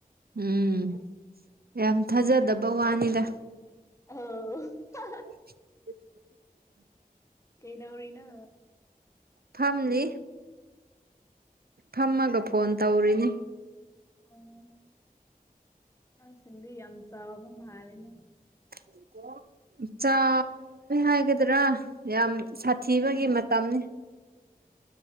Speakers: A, on the right; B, on the left.
A: ꯎꯝ ꯌꯥꯝ ꯊꯥꯖꯗꯕ ꯋꯥꯅꯤꯗ꯫
B: ꯑ
A: <inaudible>
B: ꯀꯩꯗꯧꯔꯤꯅꯣ꯫
A: ꯐꯝꯂꯤ꯫ ꯐꯝꯃꯒ ꯐꯣꯟ ꯇꯧꯔꯤꯅꯤ꯫
B: ꯑ ꯑꯉꯥꯡꯁꯤꯗꯤ ꯌꯥꯝ ꯆꯥꯎꯔꯕ ꯃꯥꯜꯂꯤꯅꯤ
A: <unintelligible> ꯆꯥꯎꯋꯦ ꯍꯥꯏꯒꯗ꯭ꯔꯥ ꯌꯥꯝ ꯁꯥꯊꯤꯕꯒꯤ ꯃꯇꯝꯅꯤ꯫